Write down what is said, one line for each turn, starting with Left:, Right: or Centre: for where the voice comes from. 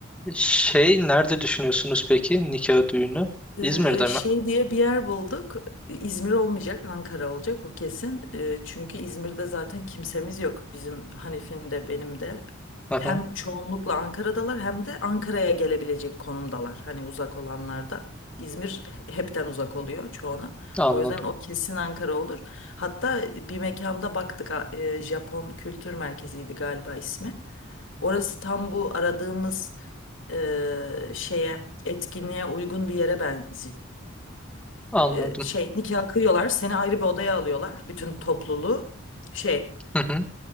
Centre: Şey nerede düşünüyorsunuz peki nikah düğünü?
Left: Ee,
Centre: İzmir'de
Left: şey
Centre: mi?
Left: diye bir yer bulduk. İzmir olmayacak, Ankara olacak o kesin. Ee, çünkü İzmir'de zaten kimsemiz yok. Bizim Hanif'in de benim de.
Centre: Hı
Left: Hem
Centre: hı,
Left: çoğunlukla Ankara'dalar hem de Ankara'ya gelebilecek konumdalar. Hani uzak olanlar da. İzmir hepten uzak oluyor çoğuna.
Centre: anladım.
Left: O yüzden o kesin Ankara olur. Hatta bir mekanda baktık a- e, Japon Kültür Merkezi'ydi galiba ismi. Orası tam bu aradığımız e, şeye etkinliğe uygun bir yere benziyor.
Centre: Anladım.
Left: E, şey nikah kıyıyorlar, seni ayrı bir odaya alıyorlar bütün topluluğu. Şey
Centre: Hı hı.